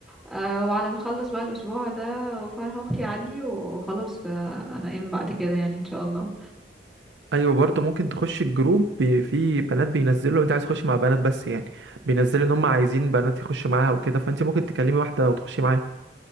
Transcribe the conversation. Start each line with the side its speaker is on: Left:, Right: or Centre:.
Centre: أه وعلى ما اخلص بقى الاسبوع ده وفرح اختي عندي وخلاص آه، انا ايام بعد كده يعني ان شاء الله
Right: ايوه برضه ممكن تخش الجروب بي- في بنات بينزلوا لو انت عايز تخش مع بنات بس يعني بينزلوا ان هم عايزين بنات يخشوا معاها وكده فانت ممكن تكلمي واحده وتخشي معاها